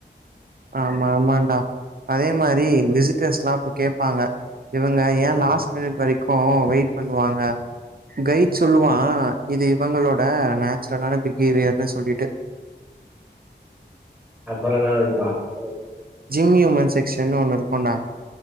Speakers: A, on the right; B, in the centre.
A: ஆமா ஆமாடா அதே மாரி விசிட்டர்ஸ்லா இப்ப கேட்பாங்க இவங்க ஏன்
B: ம்
A: லாஸ்ட் மினிட் வரைக் கோம் வைட் பண்ணுவாங்க கைட் சொல்லுவான் இது இவங்களோட நேச்சுரலான பிஹேவியர்னு சொல்லிட்டு
B: அப்புறம் <unintelligible>
A: ஜிம்முனு செக்க்ஷன்னு ஒன்னு இருக்கும்டா